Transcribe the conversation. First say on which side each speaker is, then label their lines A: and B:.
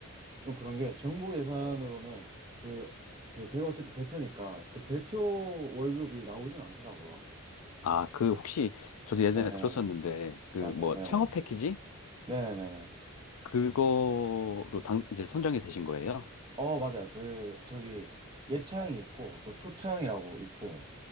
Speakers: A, on the right (about 20°); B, on the left (about 80°).
A: 좀 그런 게 정부 예산으로는 그, 그 제가 어쨌든 대표니까 그 대표 월급이 나오진 않더라고요.
B: 아, 그 혹시 저도 예전에
A: 예, 예.
B: 들었었는데 그
A: 맞아요.
B: 뭐
A: 네네.
B: 창업 패키지
A: 네네네네.
B: 그거로 당 이제 선정이 되신 거예요?
A: 어, 맞아요. 그, 저기 예창이 있고 또 초창이라고 있고